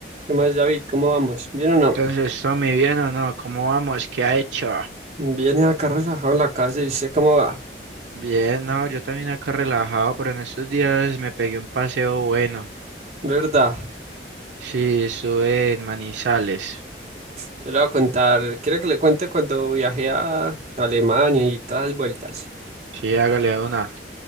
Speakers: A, on the right; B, on the right.
A: ¿Qué más, David? ¿Cómo vamos? ¿Bien o no?
B: Entonces, Tommy, ¿bien o no? ¿Cómo vamos? ¿Qué ha hecho?
A: Viene acá relajado en la casa y usted cómo va.
B: Bien, no, yo también acá relajado, pero en estos días me pegué un paseo bueno.
A: ¿Verdad?
B: Sí, estuve en Manizales.
A: Te lo voy a contar. Quiero que le cuente cuando viajé a Alemania y todas las vueltas.
B: Sí, hágale una.